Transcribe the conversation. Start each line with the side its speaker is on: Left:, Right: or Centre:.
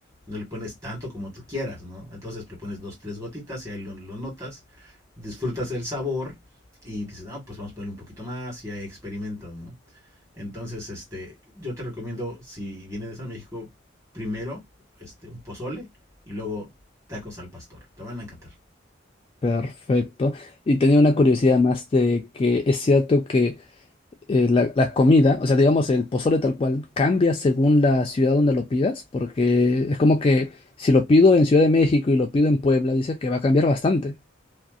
Right: No le pones tanto como tú quieras, ¿no? Entonces le pones dos, tres gotitas y ahí lo, lo notas. Disfrutas el sabor y dices, no, pues vamos a ponerle un poquito más y ahí experimento, ¿no? Entonces, este, yo te recomiendo, si vienes a México, primero este, un pozole y luego tacos al pastor. Te van a encantar.
Left: perfecto. Y tenía una curiosidad más de que es cierto que eh, la, la comida, o sea, digamos, el pozole tal cual, cambia según la ciudad donde lo pidas, porque es como que si lo pido en Ciudad de México y lo pido en Puebla, dice que va a cambiar bastante.